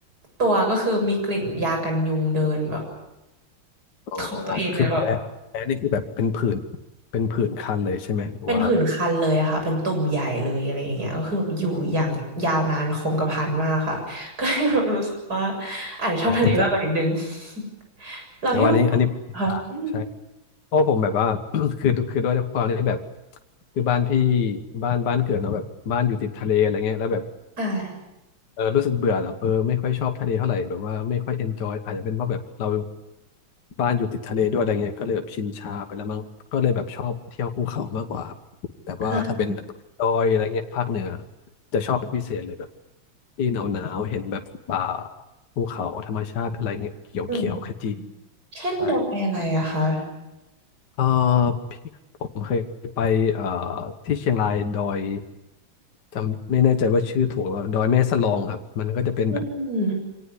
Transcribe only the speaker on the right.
ตัวก็คือมีกลิ่นยากันยุงเดินแบบ
ของตัวเองเนี่ยแบบ
เป็นผื่นคันเลยอะค่ะเป็นตุ่มใหญ่เลยอะไรอย่างเงี้ยก็คือแบบอยู่อย่างยาวนานคงกระพันมากค่ะ <laughs> ก็เลยแบบรู้สึกว่าอาจจะชอบทะเลมากกว่านิดนึง
<laughs> เราพี่ว่า
ค่ะอืม
ค่ะ
อ่า
อืมเช่นดอยอะไรอะคะ
อืมอืม